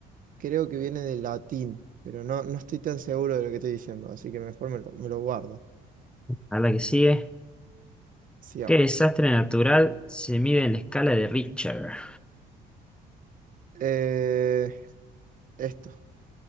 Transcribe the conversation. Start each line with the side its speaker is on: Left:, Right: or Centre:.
Right: creo que viene del latín, pero no, no estoy tan seguro de lo que estoy diciendo, así que mejor me lo, me lo guardo.
Centre: A la que sigue.
Right: Sigamos.
Centre: ¿Qué desastre natural se mide en la escala de Richter?
Right: Eh, esto.